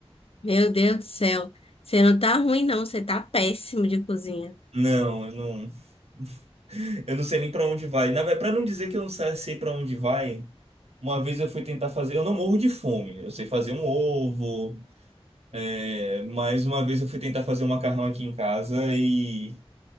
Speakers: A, on the left; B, on the right.
A: Meu Deus do céu. Você não tá ruim, não. Você tá péssimo de cozinha.
B: Não, eu não. <laughs> Eu não sei nem pra onde vai. Na verdade, para não dizer que eu não sa- sei pra onde vai, uma vez eu fui tentar fazer. Eu não morro de fome. Eu sei fazer um ovo. É, mais uma vez eu fui tentar fazer um macarrão aqui em casa e